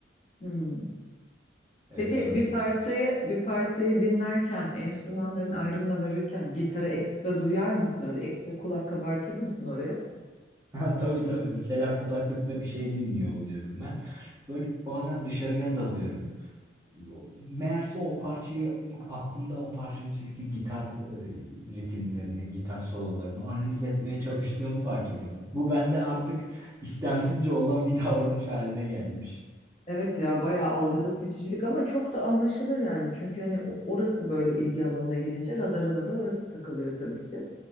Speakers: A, on the left; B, on the right.
A: Hmm.
B: Evet
A: Peki
B: solisti.
A: bir parçayı bir parçayı dinlerken, enstrümanların ayrımına varırken gitara ekstra duyar mısın? Öyle ekstra kulak kabartır mısın oraya?
B: <laughs> Ha, Tabii tabii. Mesela kulaklıkta bir şey dinliyor oluyorum ben. Böyle bazen dışarıya dalıyorum. O- Meğerse o parçayı aklımda o parçanın içindeki gitar e, ritimlerini, gitar sololarını analiz etmeye çalıştığımı fark ediyorum. Bu bende artık istemsizce olan bir davranış haline gelmiş.
A: Evet ya bayağı algıda seçicilik ama çok da anlaşılır yani. Çünkü hani o- orası böyle ilgi alanına girince radarına da orası takılıyor tabii ki.